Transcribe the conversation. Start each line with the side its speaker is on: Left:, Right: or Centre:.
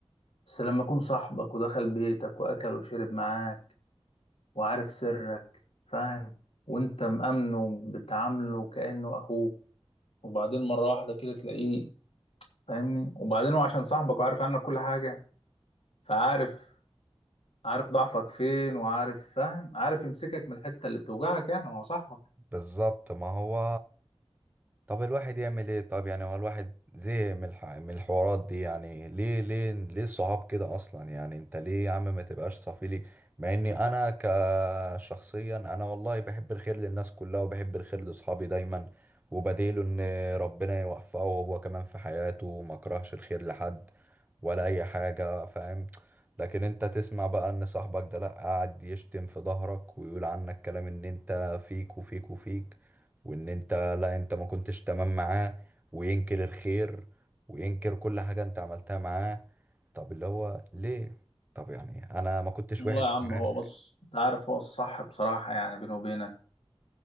Left: بس لما اكون صاحبك ودخل بيتك واكل وشرب معاك وعارف سرك فاهم وانت مأمنه بتعامله كأنه اخوك وبعدين مرة واحدة كده تلاقيه فاهمني وبعدين هو عشان صاحبك وعارف عنك كل حاجة فعارف عارف ضعفك فين وعارف فاهم عارف يمسكك من الحتة اللي بتوجعك يعني ما هو صاحبك
Right: بالظبط ما هو طب الواحد يعمل ايه طب يعني هو الواحد زهق من الح... من الحوارات دي يعني ليه ليه ليه الصحاب كده اصلا يعني انت ليه يا عم ما تبقاش صفيلي مع اني انا كشخصيا انا والله بحب الخير للناس كلها وبحب الخير لاصحابي دايما وبديله ان ربنا يوفقه هو كمان في حياته وما كرهش الخير لحد ولا اي حاجة فاهم لكن انت تسمع بقى ان صاحبك ده لا قاعد يشتم في ظهرك ويقول عنك كلام ان انت فيك وفيك وفيك وان انت لا انت ما كنتش تمام معاه وينكر الخير وينكر كل حاجة انت عملتها معاه طب اللي هو ليه طب يعني انا ما كنتش
Left: والله
Right: وحش
Left: يا عم
Right: معاه
Left: هو بص انت عارف هو الصح بصراحة يعني بيني وبينك